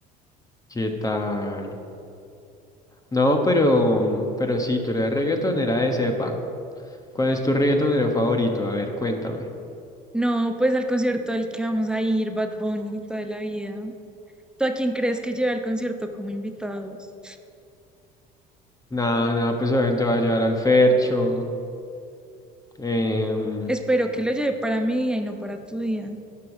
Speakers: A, on the left; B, in the centre.
A: ¿Qué tal? No, pero, mm, pero sí, tú eres reggaetonera de cepa. ¿Cuál es tu reggaetonero favorito? A ver, cuéntame.
B: No, pues al concierto al que vamos a ir, Bad Bunny, toda la vida. ¿Tú a quién crees que lleve al concierto como invitados?
A: Nada, nada, pues obviamente va a llevar al Fercho. em,
B: Espero que lo lleve para mi día y no para tu día.